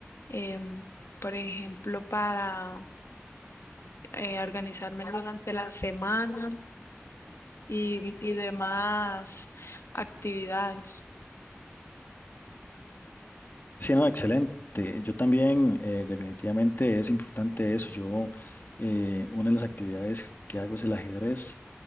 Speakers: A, on the left; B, on the left.
A: em, por ejemplo, para eh, organizarme durante la semana y, y demás actividades.
B: Sí, no, excelente. Yo también eh, definitivamente es importante eso. Yo, eh, una de las actividades que hago es el ajedrez.